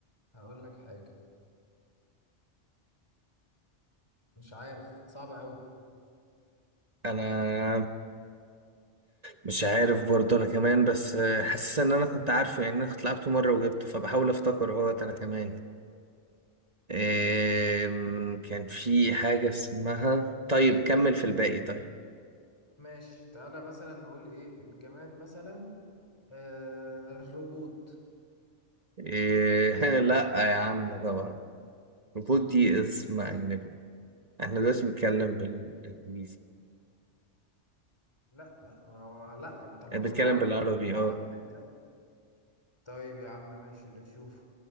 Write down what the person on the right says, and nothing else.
انا مش عارف برضو انا كمان بس آه، حاسس ان انا كنت عارفه يعني انا كنت لعبته مرة وجبته فبحاول افتكر اهوت انا كمان آم، كان في حاجة اسمها طيب كمل في الباقي طيب
آه، <laughs> لا يا عم طبعا ريبوت دي اسم أجنبي احنا دلوقتي بنتكلم بالإنجليزي
آه، بنتكلم
بالعربي
اه